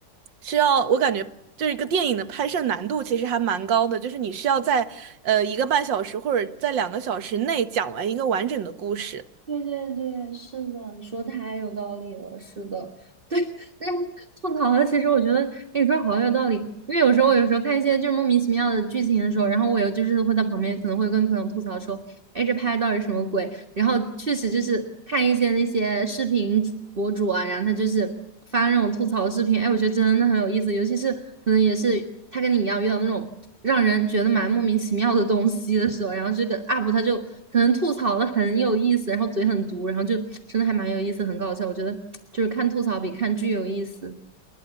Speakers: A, on the right; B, on the right.
A: 需要我感觉就是一个电影的拍摄难度其实还蛮高的，就是你需要在呃一个半小时或者在两个小时内讲完一个完整的故事。
B: 对对对，是的，你说太有道理了，是的，对，但是吐槽了，其实我觉得你说好有道理，因为有时候我有时候看一些就是莫名其妙的剧情的时候，然后我有就是会在旁边可能会跟朋友吐槽说，哎，这拍的到底什么鬼？然后确实就是看一些那些视频博主啊，然后他就是发那种吐槽视频，哎，我觉得真的很有意思，尤其是可能也是他跟你一样遇到那种。让人觉得蛮莫名其妙的东西的时候，然后这个 UP 他就可能吐槽的很有意思，然后嘴很毒，然后就真的还蛮有意思，很搞笑。我觉得就是看吐槽比看剧有意思。